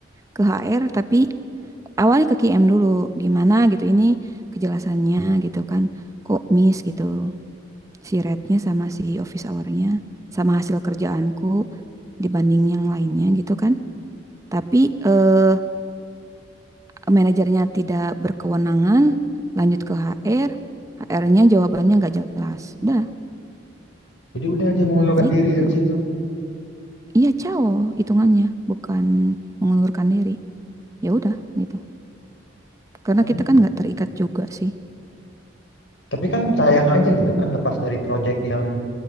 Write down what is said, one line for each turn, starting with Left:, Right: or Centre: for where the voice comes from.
Right: ke HR tapi awalnya ke KM dulu. Gimana gitu ini kejelasannya gitu kan. Kok miss gitu. Si rate-nya sama si office hour-nya sama hasil kerjaanku dibanding yang lainnya gitu kan. Tapi eh manajernya tidak berkewenangan, lanjut ke HR, HR-nya jawabannya nggak jelas. Dah,
Left: Jadi udah aja mengundurkan
Right: gitu.
Left: diri dari situ.
Right: Iya, cao hitungannya, bukan mengundurkan diri. Ya udah gitu. Karena
Left: Oh,
Right: kita kan
Left: gitu.
Right: nggak terikat juga sih.
Left: Tapi kan sayang aja gitu kan lepas dari project yang